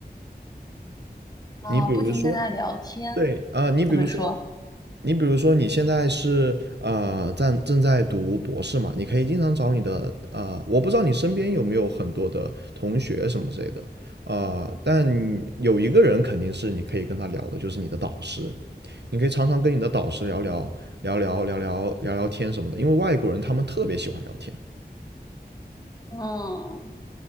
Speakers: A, on the left (about 20°); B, on the right (about 85°).
A: 啊，
B: 你比如说，
A: 不停跟他聊天，
B: 对啊、你比如说，
A: 怎么说？
B: 你比如说你现在是呃在正在读博士嘛，你可以经常找你的呃，我不知道你身边有没有很多的同学什么之类的，呃，但有一个人肯定是你可以跟他聊的，就是你的导师，你可以常常跟你的导师聊聊聊聊聊聊聊聊天什么的，因为外国人他们特别喜欢聊天，
A: 嗯